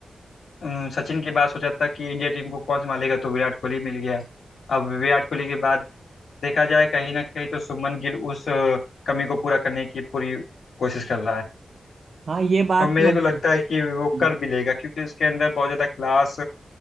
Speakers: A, on the left; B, on the right.
A: अम, सचिन की बात सोचा था कि इंडिया टीम को कौन संभालेगा तो विराट कोहली मिल गया अब विराट कोहली के बाद देखा जाए कहीं ना कहीं तो सुमन गिल उस अ, कमी को पूरा करने की पूरी कोशिश कर रहा है
B: हाँ ये बात
A: और मेरे
B: तो
A: को
B: है
A: लगता है कि वो
B: हम्म
A: कर भी लेगा क्योंकि इसके अंदर बहुत ज़्यादा क्लास